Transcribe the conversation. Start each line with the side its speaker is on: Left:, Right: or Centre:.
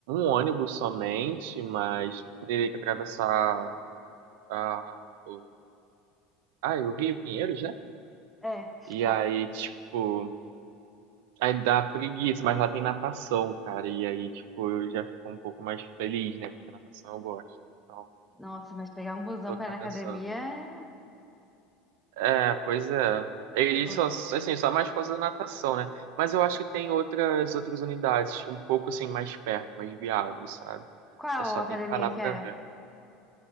Right: ônibus somente, mas teria que atravessar a, o, ai, o Rio Pinheiros, né?
Centre: É.
Right: E
Centre: A-
Right: aí, tipo, aí dá preguiça, mas lá tem natação, cara. E aí, tipo, eu já fico um pouco mais feliz, né? Porque natação eu gosto. Então,
Centre: Nossa, mas pegar um busão
Right: tô
Centre: pra
Right: cá
Centre: ir na
Right: pensando.
Centre: academia é...
Right: É, pois é. E
Centre: Qu-
Right: só, assim, só mais por causa da natação, né? Mas eu acho que tem outras outras unidades um pouco assim mais perto, mais viáveis, sabe?
Centre: Qual
Right: Eu só
Centre: academia
Right: tenho que parar
Centre: que
Right: pra
Centre: é?
Right: ver.